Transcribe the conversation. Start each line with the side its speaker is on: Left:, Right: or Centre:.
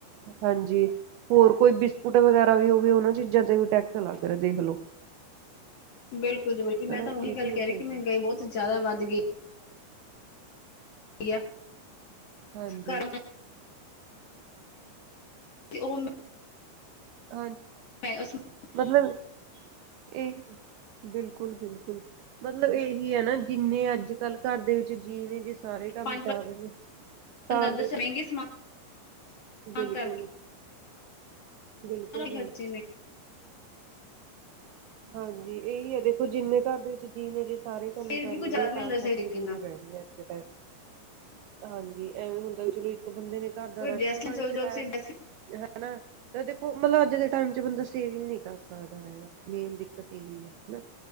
Right: ਹਾਂਜੀ ਹੋਰ ਕੋਈ ਬਿਸਕੁਟ ਵਗੈਰਾ ਵੀ ਹੋਵੇ ਉਹ ਨਾ ਚੀਜ਼ਾਂ ਤੇ ਵੀ ਟੈਕਸ ਲੱਗ ਰਿਹਾ ਦੇਖ ਲੋ।
Left: ਬਿਲਕੁਲ ਜੀ ਬਿਲਕੁਲ ਮੈਂ
Right: ਹਨਾ
Left: ਤੁਹਾਨੂੰ ਉਹੀ
Right: ਇਹ ਚੀਜ਼
Left: ਗੱਲ ਕਹਿ ਰਹੀ
Right: ਹੋਗੀ।
Left: ਕਿ ਮਹਿੰਗਾਈ ਬਹੁਤ ਜਿਆਦਾ ਵੱਧ ਗਈ। <unintelligible>
Right: ਹਾਂਜੀ
Left: ਘਰ ਤੇ ਉਹੋ
Right: ਹਾ
Left: <inaudible>
Right: ਮਤਲਬ ਇਹ, ਬਿਲਕੁਲ-ਬਿਲਕੁਲ ਮਤਲਬ ਇਹ ਕੀ ਹਨਾ ਜਿੰਨੇ ਅੱਜ-ਕੱਲ੍ਹ ਘਰ ਦੇ ਵਿੱਚ ਜੀਅ ਨੇ ਜਿਸ ਸਾਰੇ ਕੰਮ
Left: ਪੰਜ
Right: ਕਰ ਰਹੇ ਨੇ,
Left: ਪੰਜ
Right: ਤਾਂ ਤੇ
Left: ਦਸ ਮਹਿੰਗੇ ਸਮਾਨ
Right: ਬਿਲਕੁਲ
Left: ਕਰਕੇ
Right: ਬਿਲਕੁਲ ਬਿ
Left: ਖਰਚੇ ਨੇ
Right: ਹਾਂਜੀ ਇਹੀ ਆ ਦੇਖੋ ਜਿੰਨੇ ਘਰ ਦੇ ਵਿੱਚ ਜੀਅ ਨੇ ਜਿਸ ਸਾਰੇ ਕੰਮ
Left: ਫਿਰ
Right: ਕਰਨਗੇ
Left: ਵੀ ਕੋਈ ਜ਼ਿਆਦਾ ਨਹੀਂ
Right: ਤਾਂ
Left: ਹੁੰਦਾ
Right: ਖ਼ਰਚੇ
Left: ਸਹੀ ਤਰੀਕੇ
Right: ਪੂਰੇ
Left: ਨਾਲ
Right: ਪੈਣਗੇ ਅੱਜ ਦੇ ਟਾਈਮ ਹਾਂਜੀ, ਐਵੇਂ ਹੁੰਦਾ ਵੀ ਚਲੋ ਇੱਕ ਬੰਦੇ ਨੇ ਘਰ ਦਾ
Left: ਕੋਈ
Right: ਰਾਸ਼ਨ
Left: ਡਰੈਸ
Right: ਪਾਣੀ
Left: ਨਾਲ ਚਲ
Right: ਚਲਾਇਆ।
Left: ਜਾਓ ਤੁਸੀਂ ਡਰੈਸ
Right: ਹਨਾ ਤੇ ਦੇਖੋ ਮਤਲਬ ਅੱਜ ਦੇ ਟਾਈਮ ਚ ਬੰਦਾ ਸੇਵਿੰਗ ਨੀ ਕਰ ਸਕਦਾ ਹੈਗਾ। ਮੇਨ ਦਿੱਕਤ ਇਹੀ ਆ ਹਨਾ